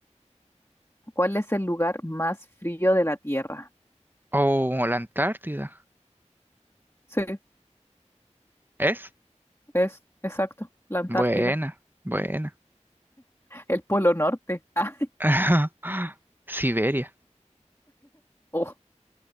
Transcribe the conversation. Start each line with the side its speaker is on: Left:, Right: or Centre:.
Left: ¿Cuál es el lugar más frío de la Tierra?
Right: Oh, la Antártida.
Left: Sí,
Right: ¿Es?
Left: es exacto, la Antártida,
Right: Buena, buena.
Left: el Polo Norte. <laughs> Ah,
Right: <laughs> Siberia.
Left: oh.